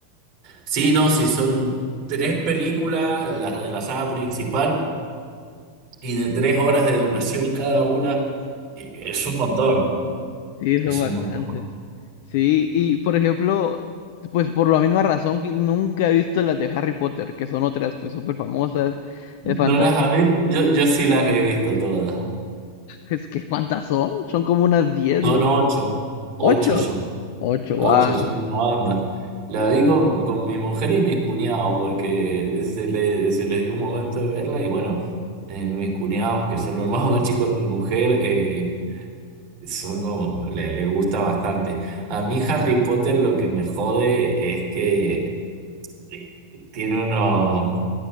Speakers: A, on the right (about 40°); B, on the left (about 50°).
A: Sí, no, sí, son tres películas, las de la saga principal. y de tres horas de duración cada una, eh, es un montón,
B: Sí, son
A: es
B: bastantes.
A: un montón.
B: Sí, y por ejemplo, pues por la misma razón que nunca he visto las de Harry Potter, que son otras pues súper famosas de fantasía.
A: ¿No las has visto? Yo, yo sí las he visto todas.
B: Es que ¿cuántas son? Son como unas diez
A: Son
B: ¿no?
A: ocho, ocho
B: Ocho.
A: son,
B: Ocho,
A: ocho
B: wow.
A: son una banda. La vi con, con mi mujer y mis cuñados porque se, le, se les dio un momento de verla y bueno, eh, mis cuñados, que son los <laughs> más, más chicos de mi mujer, eh, son como, le, le gusta bastante. A mí Harry Potter lo que me jode es que eh, tiene unos...